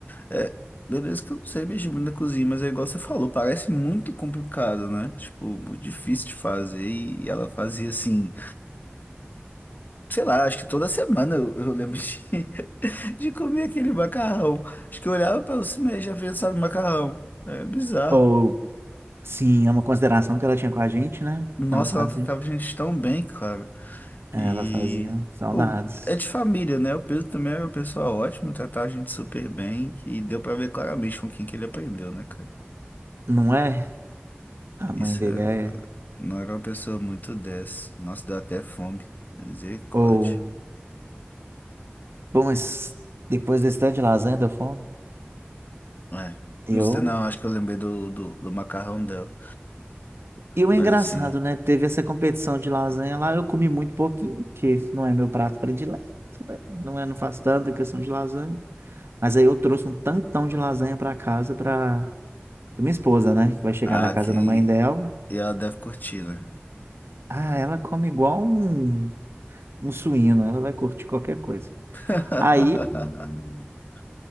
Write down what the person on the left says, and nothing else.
é, beleza que eu não sei mexer muito na cozinha, mas é igual você falou, parece muito complicado, né? Tipo, muito difícil de fazer, e ela fazia assim. Sei lá, acho que toda semana eu, eu lembro de, <laughs> de comer aquele macarrão. Acho que eu olhava para o cinema e já pensava em macarrão. É bizarro.
Nossa,
ela tratava a gente tão bem, cara. E,
pô, é de família, né? O Pedro também era uma pessoa ótima, tratava a gente super bem. E deu pra ver claramente com quem que ele aprendeu, né, cara?
Isso
é-
não era uma pessoa muito dessa. Nossa, deu até fome. Misericórdia.
É.
Não sei, não, acho que eu lembrei do, do do macarrão dela.
Mas
assim.
Ah,
que...
E ela deve curtir, né?
<laughs>